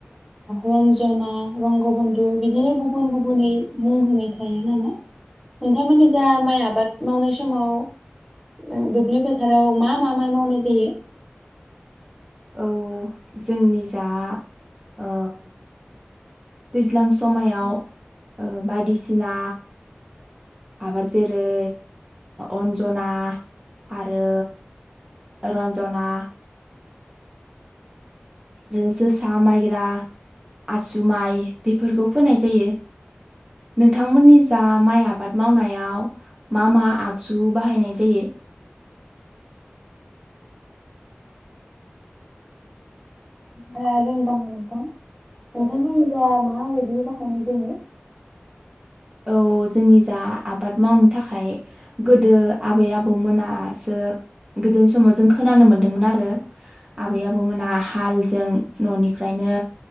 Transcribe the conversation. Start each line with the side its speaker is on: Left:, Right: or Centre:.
Centre: रन्जना रंगबन्धु बिदिनो गुबुन गुबुनै मुं होनाय थाया नामा नोंथांमोननि जा माइ आबाद मावनाय समाव ओ दुब्लि फोथाराव मा मा माइ मावनाय जायो?
Right: औ जोंनि जा ओ दैज्लां समायाव ओ बायदिसिना आबाद जेरै अन्जना आरो रन्जना उम जोसा माइग्रा आसु माइ बेफोरखौ फोनाय जायो। नोंथांमोननि जा माइ आबाद मावनायाव मा मा आगजु बाहायनाय जायो?
Centre: बारा रोंबाङा नोंथां नोंथांमोननि माबायदि बाहायनाय जायो?
Right: औ जोंनि जा आबाद मावनो थाखाय गोदो आबै आबौ मोनासो गोदोनि समाव जों खोनानो मोनदोंमोन आरो आबै आबौमोना हालजों न'निफ्रायनो